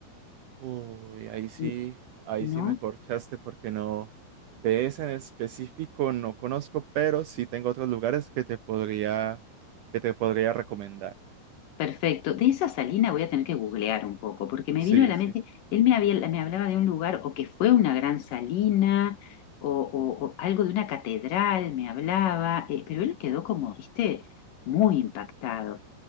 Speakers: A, on the right (about 70°); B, on the left (about 65°).
A: Uy, ahí sí,
B: N-
A: ahí
B: ¿No?
A: sí me corchaste porque no, de ese en específico no conozco, pero sí tengo otros lugares que te podría, que te podría recomendar.
B: Perfecto. De esa salina voy a tener que googlear un poco, porque me
A: Sí,
B: vino a la
A: sí.
B: mente, él me había, me hablaba de un lugar o que fue una gran salina o, o- o algo de una catedral, me hablaba, eh, pero él quedó como, viste, muy impactado.